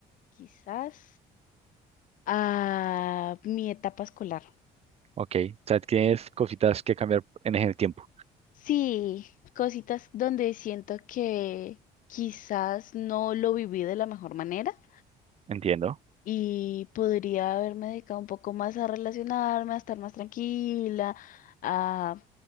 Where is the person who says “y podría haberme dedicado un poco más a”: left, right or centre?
Left